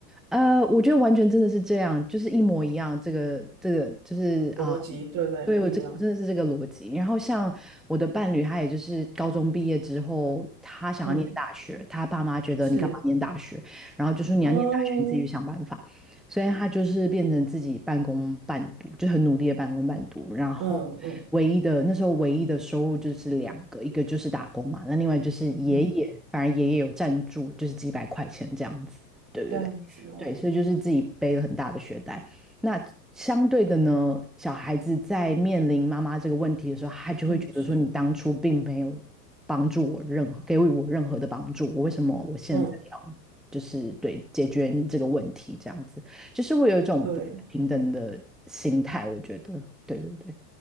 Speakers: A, in the centre; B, on the right.
A: 呃，我觉得完全真的是这样，就是一模一样。这个这个就是啊、
B: 逻辑对不对？
A: 对我这我真的是这个逻辑。
B: 不一样，
A: 然后像我的伴侣，他也就是高中毕业之后，他想要念大学，
B: 嗯，
A: 他爸妈觉得你干嘛念大学，
B: 是
A: 然后就说你要念大学，
B: 哦，
A: 你自己去想办法。所以他就是变成自己半工半读，就很努力的半工半读。然后唯一的那时候唯一的收入就是两个，
B: 嗯嗯
A: 一个就是打工嘛，那另外就是爷爷，
B: 嗯，
A: 反正爷爷有赞助，就是几百块钱这样子。对对对。
B: 这样子哦。
A: 对，所以就是自己背了很大的学贷。那相对的呢，小孩子在面临妈妈这个问题的时候，他就会觉得说，
B: 是是，
A: 你当初并没有帮助我任何，给予我任何的帮助，我为什么我现在要就是对解决你这个问题这样子，
B: 嗯，
A: 就是会有一种不太平等的心态，
B: 对
A: 我觉得，对对对，